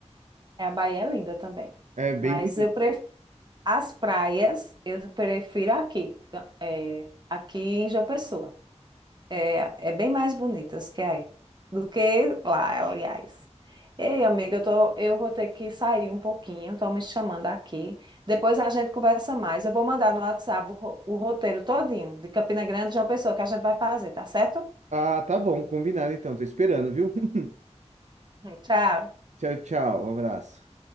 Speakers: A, on the right; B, on the right.
A: A Bahia é linda também,
B: É bem
A: mas
B: bonito.
A: eu pre- As praias, eu prefiro aqui, ca- é, aqui em João Pessoa. É, é bem mais bonitas que aí, do que lá, aliás. Ei, amiga, eu tô, eu vou ter que sair um pouquinho, estão me chamando aqui. Depois a gente conversa mais. Eu vou mandar no WhatsApp o, ro- o roteiro todinho de Campina Grande, e João Pessoa, que a gente vai fazer, tá certo?
B: Ah, tá bom, combinado então. Tô esperando, viu? <laughs>
A: <laughs> Tchau.
B: Tchau, tchau. Um abraço.